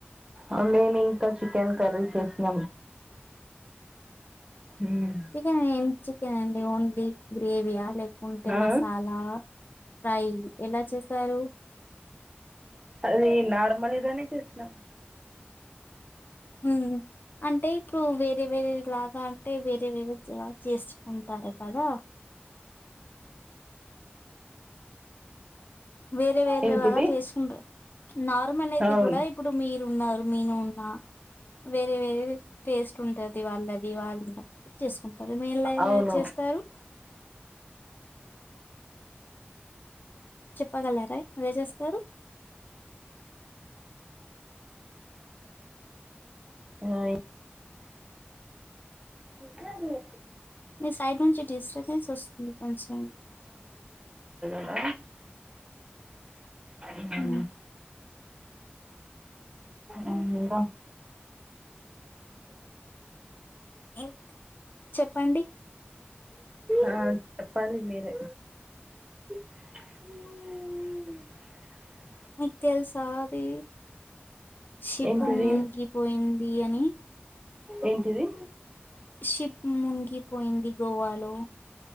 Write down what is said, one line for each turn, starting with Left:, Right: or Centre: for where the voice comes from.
Right: అ మేమింక చికెన్ కర్రి చేస్నం హ్మ్
Left: చికెన్ ఏం చికెన్ అండి ఓన్లీ గ్రేవీయా లేకుంటే
Right: ఆ
Left: మసాలా ఫ్రై ఎలా చేశారు
Right: అదీ నార్మల్గనె చేస్నం
Left: ఊమ్ అంటే ఇప్పుడూ వేరే వేరే లాగాన్ టె వేరె వేరే జా చేస్కుంటార కదా వేరే వేరేలాగా
Right: ఏంటిది
Left: చేసుకుంట్రు నార్మలైతె
Right: అవును
Left: గూడా ఇప్పుడు మీరున్నారు మీనూ ఉన్నా వేరే వేరే టేస్టుంటది వాళ్ళది వాళ్ళ చేస్ ఉంటరు మీ ఎలా
Right: అవును
Left: ఎలా చేస్తారు చెప్పగలరా ఎలా చేస్తారు
Right: ఓయ్ ఇసిన
Left: మి సైడ్ నుంచి డిస్టబెన్సొస్తుంది కొంచం
Right: అలో ఊమ్
Left: ఉమ్
Right: ఊమ్ ఇంకా
Left: ఇంక్ చెప్పండి
Right: ఆ చెప్పాలి మీరె అ
Left: మీక్ తెల్సా అది షిప్పు
Right: ఏంటిది
Left: మున్గిపోయిందీ అని
Right: ఏంటిది
Left: షిప్ మున్గిపోయింది గోవాలో